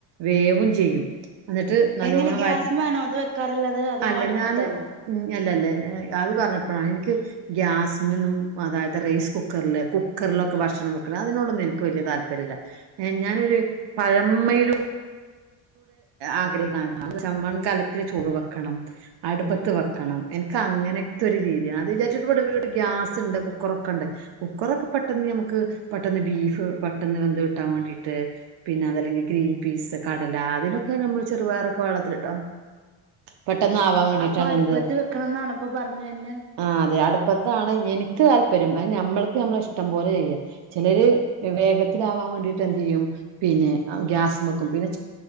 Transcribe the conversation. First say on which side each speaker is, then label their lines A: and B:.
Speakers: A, on the right; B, on the right.
A: വേവും ചെയ്യും എന്നിട്ട് നല്ലവോണം
B: എങ്ങനെ ഗ്യാസ്മേണോ
A: വ
B: ഇത് വെക്കാറുള്ളത് അതോ
A: അല്ല
B: അടുപ്പത്താണോ
A: ഞാാന് ഉ അല്ല അല്ലേ അത് പറഞ്ഞപ്പോഴാണ് എനിക്ക് ഗ്യാസി നിന്നും അതായത് റൈസ് കുക്കറിലേ കുക്കർ ൊെ ഭക്ഷണം വെക്ക അതിനോടൊന്നും എനിക്ക് വലിയ താല്പര്യമല്ല ഞാനൊരു പഴമയിലും ആഗ്രഹ ചമ്മൺ കാലത്തിൽ ചോറ് വെക്കണം അടുപ്പത്ത് വെക്കണം എ അങ്ങനത്തെ ഒരു രീതിയാണ് അത് വിചാരിച്ചിട്ട ഇവിടെ വീട്ടട് ഗ്യാസ് ഉണ്ട് കുക്കറൊക്കെ ഉണ്ട് കുക്കറൊക്കെ പെട്ടെന്ന് നമുക്ക് െ ബഫ പെട്ടന്ന് വ കട്ടാൻ വേണ്ടീട്ട് പിന്നെ അതല്ലെങ്കിൽ ഗ്രീൻ പീ കടല അതിനൊക്കെ നമ്മൾ ചെറുപയറൊക്കെ വെള്ളത്തിലിട്ടോ പെട്ട ആവാൻ വേണ്ടിട്ടാണ്
B: അപ്പൊ അടുപ്പത്ത്
A: എന്ത്
B: വെക്കണംന്നാണ് ഇപ്പൊ പറഞ്ഞു വരുന്നെ
A: ആ അത ഇപ്പത്താണ് എനിക്ക് താല്പര്യം അ നഞമ്മൾക്ക് നമ്മള ഇഷ്ടം പോലെ ചെയ്യുക ചിലര് വിവേകത്തിലാവാ ് എന്ത് ചെയ്യും പിന്നെ ഗ്യാക്കും പിന്ന